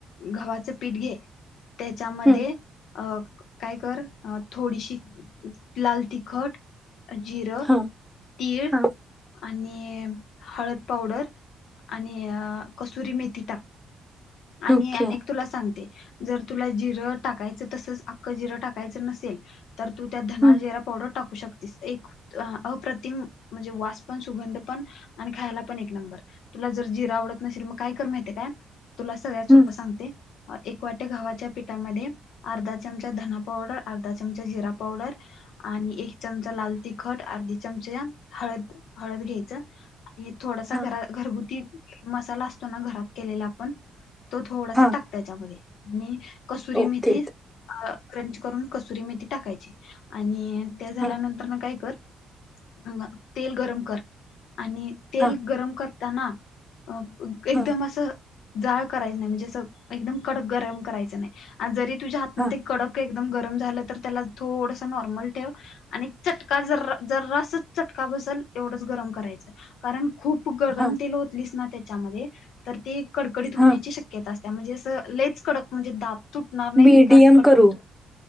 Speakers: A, on the left (about 75°); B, in the centre.
A: गव्हाचं पीठ घे. त्याच्यामध्ये
B: हं
A: -- अ काय कर आ थोडीशी -- लाल तिखट, जीर,
B: हां
A: तीळ,
B: हां
A: आणि -- हळद पावडर आणि आ कसुरी मेथी टाक. आणि
B: ओके
A: अनेक तुला सांगते -- जर तुला जिरं टाकायचं तसच अख्खं जिरं टाकायचं नसेल -- तर तू त्यात धना
B: हं
A: जिरा पावडर -- टाकू शकतीस एक अप्रतिम म्हणजे वास पण सुगंध पण आणि खायला पण एक नंबर तुला जर जिरा आवडत नसेल मग काय कर माहित काय?. तुला सगळ्यात
B: हं
A: सोप सांगते. एक वाट्या गव्हाच्या पीठ -- त्यामध्ये अर्धा चमचा -- धना पावडर अर्धा चमचा जिरा पावडर आणि एक चमचा लाल तिखट अर्धी चमचे हळद हळद घ्यायचं. मी थोडासा
B: हां
A: घरा घरगुती -- मसाला असतो ना घरात केलेला आपण. तो थोडासा
B: हां
A: टाक त्याच्यामध्ये -- मी -- कसुरी
B: ओके
A: मेथी अ -- क्रंच करून कसुरी मेथी टाकायची आणि -- ते झाल्यानंतर
B: हां
A: न काय कर -- अगं तेल गरम कर. आणि तेल
B: हां
A: गरम कर. <unintelligible> अप एकदम
B: हां
A: असं. जाळ करायच नाही, म्हणजे अस एकदम कडक गरम करायचं नाही आणि जरी तुझ्या हातन
B: हां
A: ते कडक एकदम गरम झालं तर त्याला थोडस नॉर्मल ठेव. आणि चटका जरा जरासा चटका बसेल गरम करायच. खूप गरम
B: हां
A: तेल वतलीस ना त्याच्यामध्ये तर ते कडकडीत होण्याची
B: हां
A: शक्यता असते. त्या मध्ये असं लेच कडक म्हणजे दाब तुटणार नाहीत,
B: मीडियम
A: का इतका असं कडकडीत
B: करू